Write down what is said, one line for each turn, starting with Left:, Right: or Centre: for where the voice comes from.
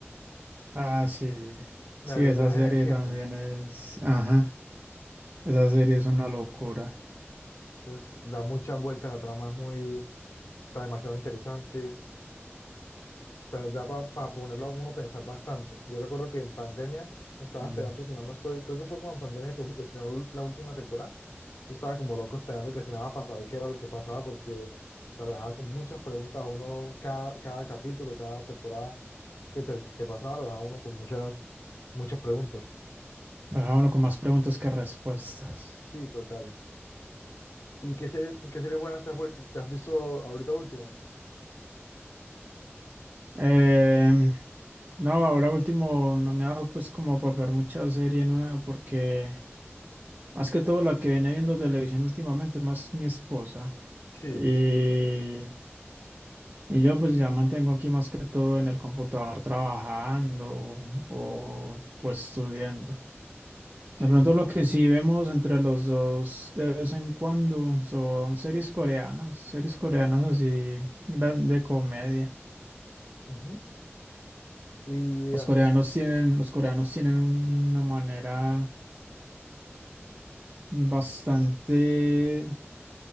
Right: Ah, sí.
Left: la
Right: Sí,
Left: de los
Right: esa
Left: viajes
Right: serie
Left: en el tiempo.
Right: también es. Ajá. Esa serie es una locura.
Left: Entonces da muchas vueltas a tramas muy, o sea, demasiado interesante sea, da para ponerlo a uno a pensar bastante. Yo recuerdo que en pandemia me estaba
Right: Mm.
Left: esperando, si mal no estoy, creo que fue como en pandemia que estrenó la última temporada. Yo estaba como loco esperando que estrenara para saber qué era lo que pasaba, porque se lo dejaba con muchas preguntas a uno cada, cada capítulo, cada temporada que, ter- que pasaba, lo dejaba uno con muchas, muchas preguntas.
Right: Deja
Left: Mm.
Right: uno con más preguntas que respuestas.
Left: Sí, total. ¿Y qué serie, qué serie buena te has, vuel- te has visto ahorita último?
Right: Em, no, ahora último, no me ha dado pues como por ver mucha serie nueva porque más que todo la que viene viendo televisión últimamente es más mi esposa.
Left: Sí,
Right: Y. Y yo pues ya mantengo aquí más que todo en el computador trabajando o, o estudiando.
Left: sí.
Right: De pronto lo que sí vemos entre los dos de vez en cuando son series coreanas, series coreanas así gran- de comedia.
Left: Ujú. Y
Right: Los
Left: así
Right: coreanos tienen, los coreanos tienen una manera bastante,